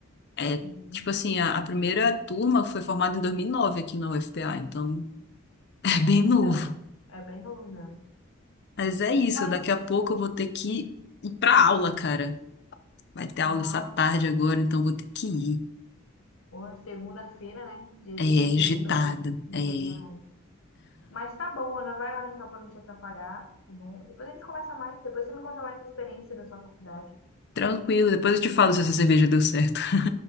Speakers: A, on the left; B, on the left.
A: É,
B: Sim.
A: tipo assim, a, a primeira turma foi formada em 2009 aqui na UFPA, então <laughs> é bem novo.
B: É, é bem novo mesmo.
A: Mas é isso,
B: Mas,
A: daqui a pouco eu vou ter que ir pra aula, cara. Vai ter
B: ah,
A: aula essa tarde agora, então vou ter que ir.
B: boa, segunda-feira, né? Dia
A: É,
B: de, dia
A: agitada.
B: de branco, né? Dia
A: É,
B: de branco. Mas tá bom, Ana, vai lá então pra não te atrapalhar, tá bom? Depois a gente conversa mais, depois você me conta mais a experiência da sua faculdade.
A: tranquilo, depois eu te falo se essa cerveja deu certo. <laughs>